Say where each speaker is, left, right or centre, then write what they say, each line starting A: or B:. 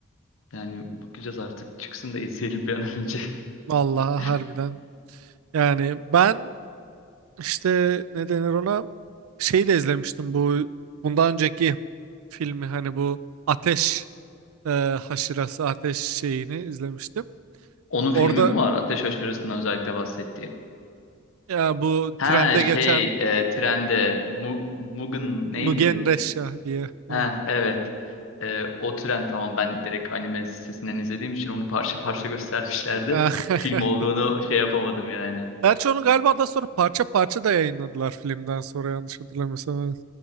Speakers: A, on the left (about 70°); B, on the right (about 80°).
A: Yani bakacağız artık. Çıksın da izleyelim bir an önce.
B: Vallahi
A: <laughs>
B: harbiden. Yani ben işte ne denir ona şeyi de izlemiştim bu bundan önceki filmi hani bu ateş e, haşırası ateş şeyini izlemiştim.
A: Onun
B: Orada
A: filmi mi var? Ateş Aşırısı'ndan özellikle bahsettiği.
B: ya bu
A: Ha
B: trende
A: şey
B: geçen
A: e, trende Mu- Mugen neydi?
B: Mugen Resha diye. evet.
A: Ha evet. E, o tren tamam ben direkt anime sitesinden izlediğim için onu parça <laughs> parça göstermişlerdi.
B: Eh, <laughs>
A: Film olduğunu şey yapamadım yani.
B: Gerçi onu galiba daha sonra parça parça da yayınladılar filmden sonra yanlış hatırlamıyorsam. Evet.